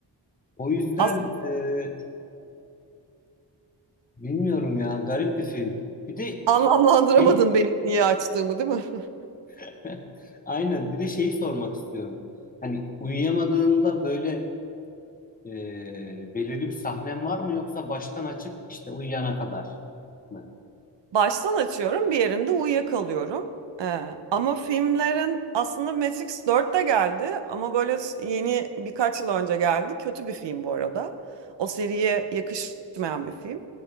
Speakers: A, on the left; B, on the right.
A: o yüzden
B: As
A: e, bilmiyorum ya garip bir film. Bir de
B: anlamlandıramadın
A: şey
B: benim niye açtığımı, değil mi? <laughs>
A: <laughs> aynen bir de şeyi sormak istiyorum. Hani uyuyamadığında böyle e, belirli bir sahnen var mı yoksa baştan açıp işte uyuyana kadar mı?
B: Baştan açıyorum, bir yerinde uyuyakalıyorum. Ee, ama filmlerin aslında Matrix 4 de geldi ama böyle s- yeni birkaç yıl önce geldi. Kötü bir film bu arada. O seriye yakışmayan bir film.